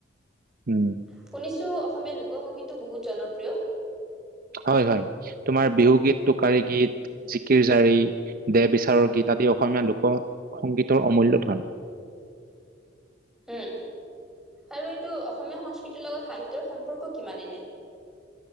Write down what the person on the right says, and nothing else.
উম
হয় হয় তোমাৰ বিহুগীত টোকী গীত জিকিৰ জাৰি দেহ বিচাৰৰ গীত আদি অসমীয়া লোকসংগীতৰ অমূল্য ধন